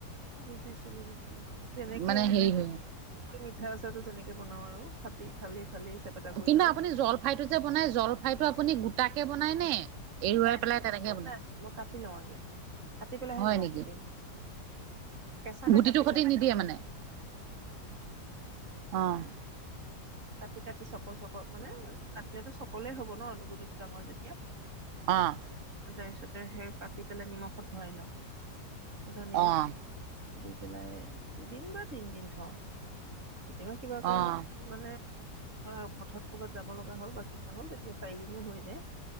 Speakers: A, on the right (about 45°); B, on the right (about 75°).
A: বুজিছো বুজিছো যেনেকে
B: মানে
A: আমি
B: হেৰি হয়।
A: মিঠা আচাৰটো তেনেকে বনাওঁও আৰু। ফাতি ফালি ফালি চেপেটা কৰি
B: কিন্তু
A: অলপ
B: আপুনি জলফাইটো যে বনায়, জলফাইটো আপুনি গোটাকে বনায় নে এৰুৱাই
A: নাই
B: পেলাই তেনেকে
A: নাই-
B: বনাই
A: নাই মই কাটি লওঁ আগে কাটি পেলাইহে
B: হয়
A: নিমখ
B: নেকি?
A: দিওঁ। কেঁচাতে
B: গুটিটো
A: কাটি
B: সতি
A: লওঁ।
B: নিদিয়ে মানে অ'।
A: কাটি- কাটি চকল- চকল মানে কাটিলেতো চকলেই হব ন গুটিটো ডাঙৰ যেতিয়া।
B: অ'
A: তাৰ পিছতে সেই কাটি পেলাই নিমখত ভৰাই লওঁ। সুদা নিমখ
B: অ'
A: দি পেলাই দুদিন বা তিনদিন থওঁ। কেতিয়াবা কিবা
B: অ'
A: কাৰণত মানে ধৰা হঠাৎ ক'ৰবাত যাব লগা হ'ল বা কিবা হ'ল তেতিয়া চাৰিদিনো হৈ যায়।